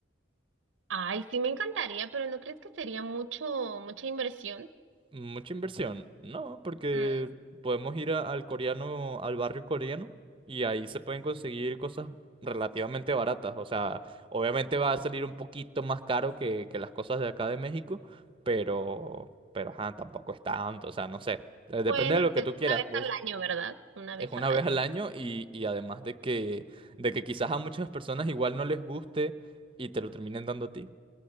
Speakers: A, on the right (about 70°); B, on the right (about 25°).
A: Ay, sí me encantaría, pero ¿no crees que sería mucho, mucha inversión?
B: Mucha inversión. No, porque
A: Mm,
B: podemos ir a- al coreano, al barrio coreano, y ahí se pueden conseguir cosas relativamente baratas. O sea, obviamente va a salir un poquito más caro que, que las cosas de acá de México, pero, pero ajá, tampoco es tanto. O sea, no sé. Eh, Depende
A: pueden
B: de
A: empezar
B: lo que tú quieras.
A: una vez
B: pues,
A: al año, ¿verdad? Una vez
B: es una
A: al
B: vez
A: año.
B: al año y, y además de que, de que quizás a muchas personas igual no les guste y te lo terminen dando a ti.